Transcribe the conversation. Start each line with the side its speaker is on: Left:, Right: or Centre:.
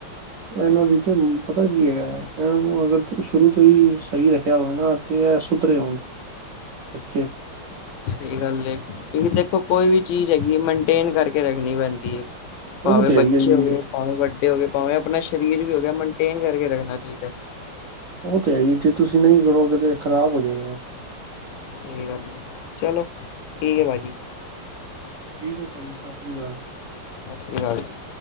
Right: ਇਹਨਾਂ ਦੀ ਤੇ ਪਤਾ ਕੀ ਹੈਗਾ ਅਗਰ <unintelligible> ਸ਼ੁਰੂ ਤੋਂ ਹੀ ਸਹੀ ਰੱਖਿਆ ਹੋਵੇ ਨਾ ਤੇ ਐ ਸੁਧਰੇ ਹੋਨ ਬੱਚੇ।
Left: ਸਈ ਗਾੱਲ ਏ, ਕਯੋਂਕਿ ਦੇਖੋ ਕੋਈ ਵੀ ਚੀਜ਼ ਹੈਗੀ ਏ ਮੇਨਟੇਨ ਕਾਰਕੇ ਰੱਖਨੀ ਪੈਂਦੀ ਏ। ਪਾਵੇਂ
Right: ਉਹ ਤੇ ਹੈ
Left: ਬੱਚੇ
Right: ਹੀ ਹੈ ਜੀ
Left: ਹੋਗੇ, ਪਾਵੇਂ ਵੱਡੇ ਹੋਗੇ, ਪਾਵੇਂ ਆਪਨਾ ਸ਼ਰੀਰ ਵੀ ਹੋਗੇਆ ਮਨਟੇਨ ਕਰਕੇ ਰੱਖਨਾ ਚਾਈਦਾ।
Right: ਓ ਤੇ ਹੈਈ ਏ ਜੇ ਤੁਸੀ ਨਈ ਕਰੋਗੇ ਤੇ ਖ਼ਰਾਬ ਹੋਜੇਗਾ।
Left: ਸਈ ਗਾੱਲ ਏ, ਚਲੋ ਠੀਕ ਏ ਪਾਜੀ।
Right: ਠੀਕ ਏ ਪਾਜੀ, ਸਾਸ੍ਰੀ ਕਾਲ।
Left: ਸਾਸ੍ਰੀ ਕਾਲ ਜੀ।